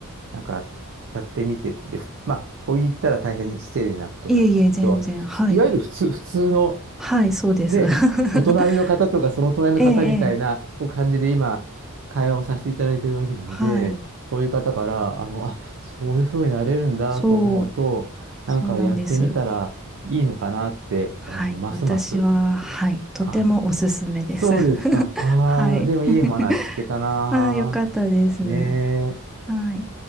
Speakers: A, on the right (about 60°); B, in the centre.
A: なんか、やってみて、で、ふまあ、こう言ったら大変失礼なことになっちゃうんですけど、
B: いえいえ、全然。
A: 普通、
B: はい。
A: いわゆる普通、普通の、
B: はい、そうです。
A: ね、
B: <laughs>
A: お隣の方とかその隣の方みたいなこう感じで今、
B: ええ、ええ。
A: 会話をさせていただいてるわけなので、
B: はい。
A: そういう方から、あの、あ、そういうふうになれるんだと思うと、
B: そう、
A: なんかやってみたらいいのかなって、
B: そうなんです。はい。
A: あの、ますます。
B: 私は、はい。とてもおすすめです。
A: あ、そうですか。
B: <laughs>
A: ああ、
B: はい。
A: でもいい話聞けたな。
B: <laughs> ああ、よかったです。
A: ねえ。
B: はい。